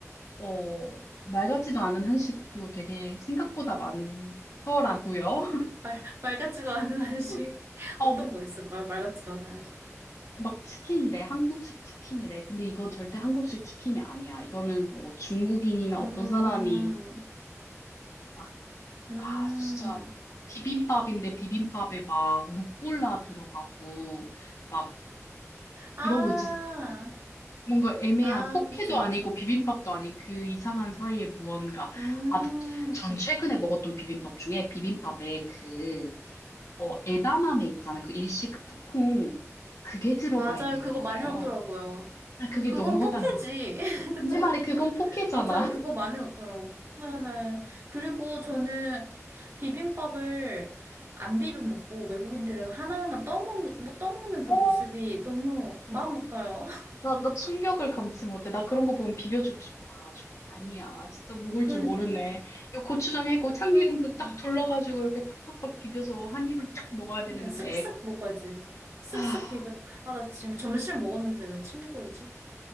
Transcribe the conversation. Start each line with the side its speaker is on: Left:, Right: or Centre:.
Left: 어, 말 같지도 않은 한식도 되게 생각보다 많더라고요.
Right: 말, 말 같지도 않은 한식.
Left: <laughs>
Right: <laughs>
Left: 아우,
Right: 어떤 거 있을까요? 말 같지도 않은 한식.
Left: 막 치킨이래. 한국식 치킨이래. 근데 이건 절대 한국식 치킨이 아니야. 이거는 뭐 중국인이나
Right: 음,
Left: 어떤 사람이 막,
Right: 음.
Left: 아, 진짜, 비빔밥인데 비빔밥에 막 루꼴라 들어가고, 막,
Right: 아.
Left: 이런 거 있잖아. 뭔가 애매한
Right: 아,
Left: 포케도
Right: 그쵸,
Left: 아니고
Right: 그쵸.
Left: 비빔밥도 아닌 그 이상한 사이에 무언가.
Right: 음,
Left: 아, 전 최근에 먹었던 비빔밥 중에 비빔밥에 그, 어, 에다마메 있잖아. 그 일식 그 푸콩. 그게 들어가
Right: 맞아요.
Left: 있는
Right: 그거
Left: 거예요.
Right: 많이 넣더라고요.
Left: 아, 그게
Right: 그건
Left: 너무
Right: 포케지.
Left: 화가 나.
Right: <laughs> 그쵸?
Left: 내 말에 그건 포케잖아.
Right: 맞아요.
Left: <laughs>
Right: 그거 많이 넣더라고. 네네. 그리고 저는 비빔밥을 안 비벼 먹고 외국인들은 하나하나 떠먹는, 뭐 떠먹는 그
Left: 어,
Right: 모습이 너무 마음 아파요. <laughs>
Left: 나, 나 충격을 감지 못해. 나 그런 거 보면 비벼주고 싶어. 가가지고. 아니야. 진짜 먹을
Right: 그러니까요.
Left: 줄 모르네. 이거 고추장 해고 참기름도
Right: 그러니까.
Left: 딱 둘러가지고 이렇게 팍팍팍 비벼서 한 입을 쫙 먹어야 되는데.
Right: 그러니까 쓱쓱 먹어야지. 쓱쓱
Left: 아,
Right: 비벼서. 아, 나 지금 점심 먹었는데 왜 침묵이지?